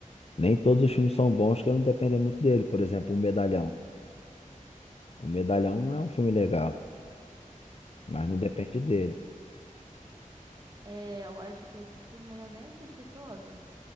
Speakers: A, on the left (about 45°); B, on the right (about 30°).
A: Nem todos os filmes são bons que não dependem muito dele. Por exemplo, O Medalhão. O Medalhão não é um filme legal, mas
B: Hum,
A: não depende dele.
B: é, eu acho que esse filme eu nem assisti todo.